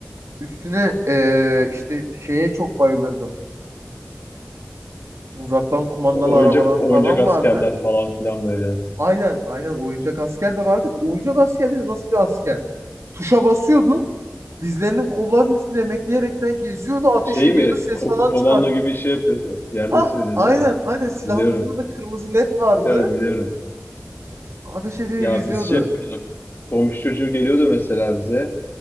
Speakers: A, on the right (about 80°); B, on the left (about 50°).
A: Üstüne eee, işte şeye çok bayılırdım. Uzaktan kumandalı
B: O- Oyuncak
A: arabalar
B: oyuncak
A: falan
B: askerler
A: vardı.
B: falan filan böyle.
A: Aynen aynen oyuncak asker de vardı. Oyuncak asker de nasıl bir asker? Tuşa basıyordun. Dizlerinin kollarının üstünde emekleyerekten geziyordu. Ateş
B: Şey
A: ediyordu.
B: mi?
A: Ses
B: Ko-
A: falan
B: komando
A: çıkart.
B: gibi şey yapıyordu. Yerde
A: Ha
B: söylüyor
A: aynen
B: değil mi?
A: aynen silahın
B: Biliyorum.
A: ucunda da kırmızı led vardı.
B: Biliyorum biliyorum.
A: Ateş ediyor
B: Ya
A: geziyordu.
B: biz şey yapıyorduk. Komşu çocuğu geliyordu mesela bize.